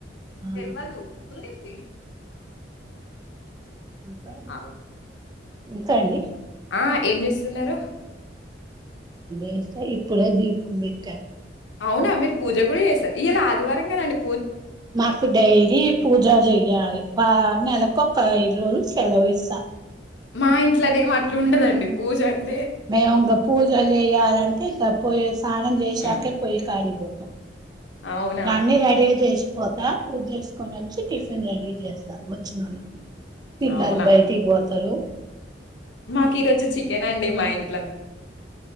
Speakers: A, on the right (about 25°); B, on the left (about 85°).
A: ఆ
B: తెల్వదు ఉంది ఉంది
A: ఇంకా
B: అవు
A: ఇంకా అండి
B: అయి ఏం చేస్తున్నారు
A: ఏస్తా ఇప్పుడే దీపం పెట్టాం
B: అవునా మీరు పూజ కూడా చేస్తారు ఇవాలా ఆదివారం కదండి
A: మాకు డైరీ పూజా చెయ్యాలి వ నెలకు ఒక ఐదు రోజులు సెలవు ఇస్త
B: మా ఇంట్లోనేమో అట్లు ఉండదండి పూజ అంట
A: మేము ఇంకా పూజ చేయాలంటే ఇంకా పొయ్యి స్నానం చేసాకే
B: హ్మ్.
A: పొయ్యి కాడిపో
B: అవునా!
A: గన్ని రెడిదసి పోతా పూజ చేసుకొని వచ్చి టిఫిన్ రెడీ చేస్తా వచ్చిన వాళ్ళకి పిలలు
B: అవునా!
A: బయటికి పోతారు
B: మాకు ఈ రోజు చికెన్ అండి మా ఇంటి